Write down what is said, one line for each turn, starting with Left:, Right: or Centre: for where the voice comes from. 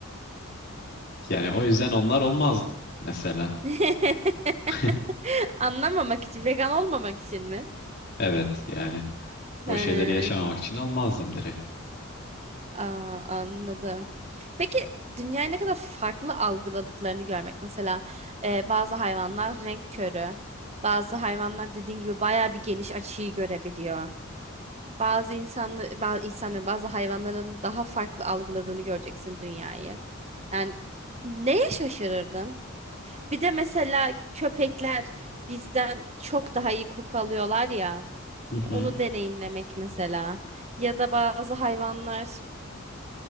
Left: Yani o yüzden onlar olmazdım mesela.
Right: <laughs>
Left: <laughs>
Right: Anlamamak için, vegan olmamak için mi?
Left: Evet yani o
Right: He.
Left: şeyleri yaşamamak için olmazdım direkt.
Right: Aa, anladım. Peki dünyayı ne kadar farklı algıladıklarını görmek. Mesela e, bazı hayvanlar renk körü. Bazı hayvanlar dediğin gibi bayağı bir geniş açıyı görebiliyor. Bazı insanlı, bazı insanların, bazı hayvanların daha farklı algıladığını göreceksin dünyayı. Yani neye şaşırırdın? Bir de mesela köpekler bizden çok daha iyi koku alıyorlar ya.
Left: Hı hı.
Right: Onu deneyimlemek mesela. Ya da bazı hayvanlar